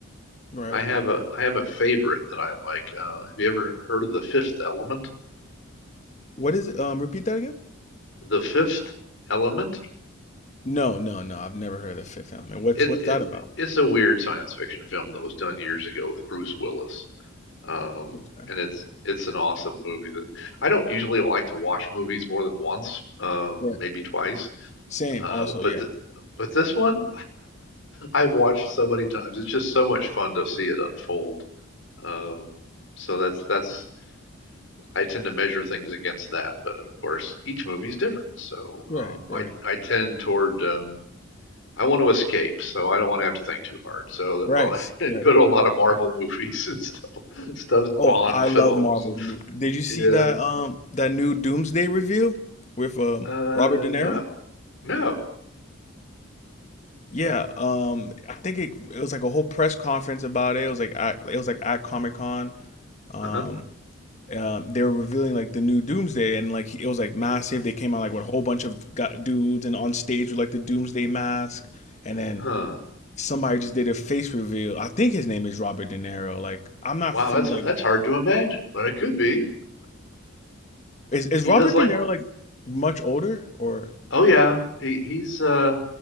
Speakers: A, on the left; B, on the left.
A: Right.
B: I have a I have a favorite that I like. Uh, have you ever heard of The Fifth Element?
A: What is it? Um, repeat that again?
B: The Fifth Element?
A: No, no, no. I've never heard of Fifth Element. What's
B: It,
A: what's
B: it,
A: that about?
B: it's a weird science fiction film that was done years ago with Bruce Willis. Um,
A: Okay.
B: and it's it's an awesome movie that I don't usually like to watch movies more than once, uh,
A: Yeah.
B: maybe twice.
A: Same,
B: Uh,
A: also,
B: but
A: yeah.
B: th but this one I've watched so many times. It's just so much fun to see it unfold. Um, so that's that's I tend to measure things against that. But of course, each movie's different. So
A: Right,
B: um,
A: right.
B: I I tend toward um, I want to escape, so I don't want to have to think too hard. So
A: Right,
B: I'll
A: s-
B: <laughs>
A: right.
B: go to a lot of Marvel <laughs> movies and stuff, stuff
A: Oh,
B: Bond
A: I
B: films.
A: love Marvel. mo- Did you see
B: Yeah.
A: that um that new Doomsday review with um
B: Uh,
A: Robert De Niro?
B: no. No.
A: Yeah, um, I think it, it was like a whole press conference about it. It was like at, it was like at Comic Con. Um,
B: Uh-huh.
A: um, they were revealing like the new Doomsday, and like it was like massive. They came out like with a whole bunch of gu dudes, and on stage with like the Doomsday mask, and then
B: Huh.
A: somebody just did a face reveal. I think his name is Robert De Niro. Like I'm not
B: Wow,
A: from
B: that's
A: like
B: that's hard to imagine, but it could be.
A: is is
B: He
A: Robert
B: does like,
A: De Niro like much older or
B: oh yeah, he he's uh